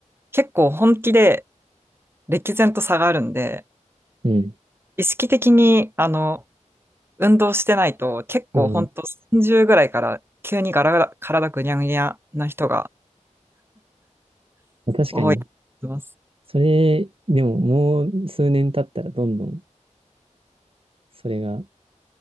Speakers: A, on the right (about 20°); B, on the right (about 45°).
A: 結構本気で歴然と差があるんで、
B: うん、
A: 意識的にあの、運動してないと結構本当30ぐらいから急にガラガラ、
B: うん。
A: 体ぐにゃぐにゃな人が
B: 確かに。
A: 多いと思います。
B: それ、でももう数年経ったらどんどんそれが